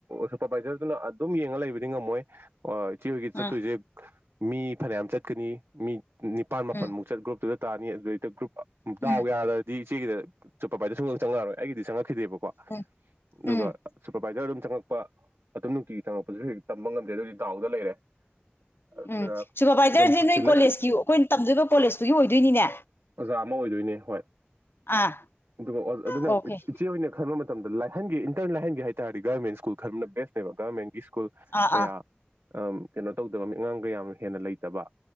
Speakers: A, on the right (about 85°); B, on the left (about 65°).
A: ꯁꯨꯄꯔꯚꯥꯏꯖꯔꯗꯨꯅ ꯑꯗꯨꯝ ꯌꯦꯡꯉ ꯂꯩꯕꯗꯤ ꯉꯝꯃꯣꯏ ꯑꯣ ꯏꯆꯦ ꯍꯣꯏꯒꯤ ꯆꯠꯇꯣꯏꯁꯦ
B: ꯑꯥ
A: ꯃꯤ ꯐꯅꯌꯥꯝ ꯆꯠꯀꯅꯤ ꯃꯤ ꯅꯤꯄꯥꯜ ꯃꯥꯄꯟꯃꯨꯛ
B: ꯎꯝ
A: ꯆꯠ ꯒ꯭ꯔꯨꯞꯇꯨꯗ ꯇꯥꯔꯅꯤ ꯑꯗꯨꯗꯩꯗ ꯒ꯭ꯔꯨꯞ ꯗꯥꯎ
B: ꯎꯝ
A: ꯌꯥꯗꯗꯤ ꯏꯦꯒꯤꯗ ꯁꯨꯄꯥꯔꯕꯥꯏꯖꯔ ꯁꯨꯡꯗꯪꯉꯛꯔꯣꯏ ꯑꯩꯒꯤꯗꯤ ꯆꯪꯉꯛꯈꯤꯗꯦꯕ
B: ꯎꯝ
A: ꯑꯗꯨꯒ
B: ꯎꯝ
A: ꯁꯨꯄꯔꯚꯥꯏꯖꯔ ꯑꯗꯨꯝ ꯆꯪꯉꯛꯄ ꯑꯗꯨꯝ ꯅꯨꯡꯇꯤꯒꯤ ꯆꯪꯉꯛꯄꯁꯨ ꯍꯦꯛ ꯇꯝꯕ ꯉꯝꯗ꯭ꯔꯦ ꯑꯗꯨꯗꯤ ꯇꯥꯎꯗ ꯂꯩꯔꯦ ꯑꯗꯨꯗꯨꯅ
B: ꯎꯝ ꯁꯨꯄꯔꯚꯥꯏꯖꯔꯁꯦ
A: ꯑꯗꯨꯝ
B: ꯅꯣꯏ
A: ꯁꯤꯜꯂ
B: ꯀꯣꯂꯦꯖꯀꯤ ꯑꯩꯈꯣꯏꯅ ꯇꯝꯗꯣꯏꯕ ꯀꯣꯂꯦꯖꯇꯨꯒꯤ ꯑꯣꯏꯗꯣꯏꯅꯤꯅꯦ
A: ꯑꯣꯖꯥ ꯑꯃ ꯑꯣꯏꯗꯣꯏꯅꯦ ꯍꯣꯏ
B: ꯑꯥ
A: ꯑꯗꯨꯅ
B: ꯑꯣꯀꯦ
A: ꯏꯆꯦ ꯈꯣꯏꯅ <unintelligible> ꯂꯥꯏꯍꯟꯒꯤ ꯏꯟꯇꯔ ꯂꯥꯏꯍꯒꯦ ꯍꯥꯏ ꯒꯃꯦꯟ ꯁꯀꯨꯜ ꯈꯟꯕꯅ ꯕꯤꯁ꯭ꯠ ꯕꯒ ꯅꯦꯕ ꯁ꯭ꯀꯨꯜ
B: ꯑꯥ
A: ꯀꯌꯥ
B: ꯑꯥ
A: ꯀꯩꯅꯣ ꯇꯧꯗꯕ ꯃꯤ ꯑꯉꯥꯡꯒ ꯌꯥꯝ ꯍꯦꯟꯅ ꯂꯩꯇꯕ